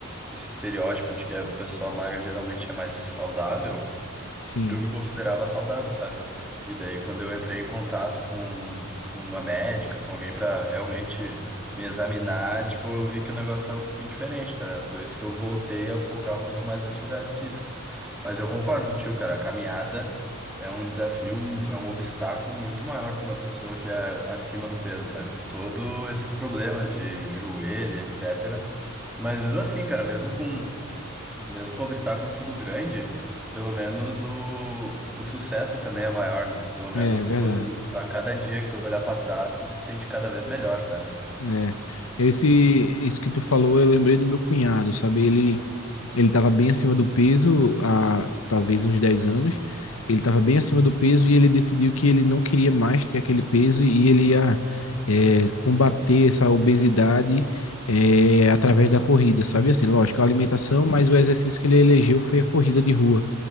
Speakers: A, in the centre; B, on the left.
A: esse estereótipo de que a pessoa magra geralmente é mais saudável,
B: sim,
A: eu me considerava saudável, sabe? E daí, quando eu entrei em contato com uma médica, com alguém pra realmente me examinar, tipo, eu vi que o negócio tava um pouquinho diferente, tá? ligado? Por isso que eu voltei a focar muito mais nas atividades físicas. Mas eu concordo contigo, cara, a caminhada é um desafio, um, é um obstáculo muito maior pra uma pessoa que é acima do peso, sabe? Por todos esses problemas de joelho, etc. Mas mesmo assim, cara, mesmo com mesmo com o obstáculo sendo grande, pelo menos o, o sucesso também é maior, né? Pelo menos
B: é verdade.
A: quando a cada dia que tu olhar pra trás, tu se sente cada vez melhor, sabe?
B: É. Esse, isso que tu falou, eu lembrei do meu cunhado, sabe? Ele Ele estava bem acima do peso há talvez uns 10 anos. Ele estava bem acima do peso e ele decidiu que ele não queria mais ter aquele peso e ele ia é, combater essa obesidade é, através da corrida, sabe? Assim, lógico, a alimentação, mas o exercício que ele elegeu foi a corrida de rua.